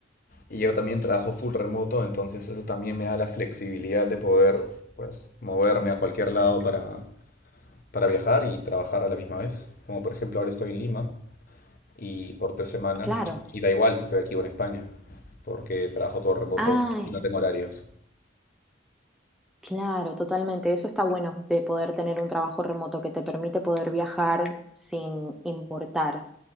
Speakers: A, on the left (about 45°); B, in the centre.
A: Y yo también trabajo full remoto, entonces eso también me da la flexibilidad de poder, pues, moverme a cualquier lado para, para viajar y trabajar a la misma vez. Como por ejemplo ahora estoy en Lima y por tres semanas,
B: Claro.
A: y, y da igual si estoy aquí o en España, porque trabajo todo remoto
B: Ay,
A: y no tengo horarios.
B: claro, totalmente. Eso está bueno de poder tener un trabajo remoto que te permite poder viajar sin importar